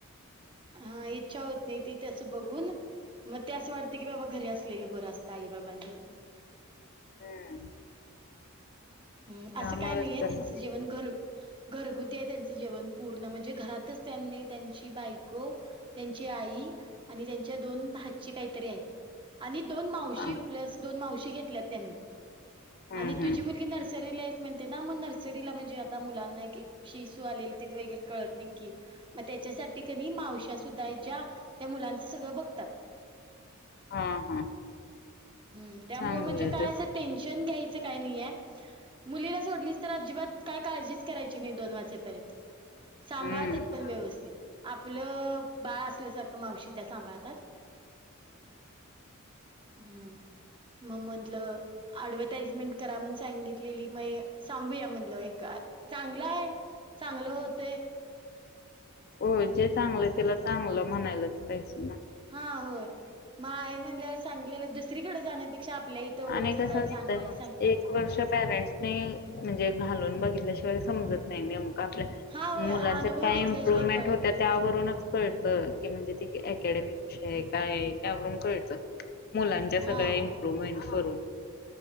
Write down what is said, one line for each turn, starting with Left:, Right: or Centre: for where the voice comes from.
Right: हा इच्छा होत नाही ती तस बघून मग त्याच वाटत की बाबा घरी असलेलं बरं असतं आई बाबाकडे
Left: हम्म
Right: हम्
Left: त्यामुळेच
Right: असं काही नाहीये
Left: त्यांना
Right: त्यांच जेवण घरचे असते घरगुती आहे त्यांच जेवण पूर्ण म्हणजे घरातच त्यांनी त्यांची बायको त्यांची आई आणि त्यांच्या दोन भाची काहीतरी आहेत आणि दोन मावशी
Left: हा.
Right: प्लस दोन मावशी घेतल्यात त्यांनी
Left: हम्म
Right: आणि तुझी
Left: हम्म
Right: मुलगी नस री लाइक म्हणते ना नर्सरी म्हणेजे आब मुलाना शी शु आलेली कळते ते मेजर कळत नाही की मग त्याच्यासाठी कणी मावश्या सुद्धा आहेत ज्या त्या मुलांचंसुद्धा सगळं बघतात
Left: हा हा
Right: हम्म त्यामुंळे
Left: चांगले
Right: म्हणजे काय
Left: ते.
Right: असं टेन्शन घ्यायचं काय नाहीय मुलीला सोडलीस तर अजिबात काय काळजीच करायची नाही दोन वाजेपर्यंत सांभाळतात
Left: हम्म.
Right: पण व्यवस्थित आपलं बाळ असल्यासारखं मावशी त्या सांभाळतात हम्म मग म्हटलं ऍडव्हटाइजमेंट करा म्हण सांगितलेली म सांगूया मधलं एक चांगलं आहे चांगलं होतय
Left: हो जे चांगलं त्याला चांगलं म्हणायलाच पाहिजे ना
Right: हा होय माहेर म्हटल सांगलेलं दुसरीकडे जाण्यापेक्षा आपल्या इथं
Left: आणि
Right: ओळखीचा
Left: कसं
Right: आहे
Left: असत
Right: चांगला आहे सांगितलेलं
Left: एक
Right: बरं.
Left: वर्ष पॅरेंट्सनी म्हणजे घालून बघितल्याशिवाय समजत नाही नेम आपल्या
Right: हा होय
Left: मुलांच्या
Right: अनुभव
Left: काय
Right: घेतल्याशिवाय
Left: इम्प्रुव्हमेंट
Right: कळत
Left: होत्यात
Right: नाही.
Left: त्यावरूनच कळत की म्हणजे त अकॅडमी कशी आहे काय त्यावरून कळतं मुलांच्या सगळ्या
Right: हा
Left: इम्प्रुवमेंटवरून
Right: होय.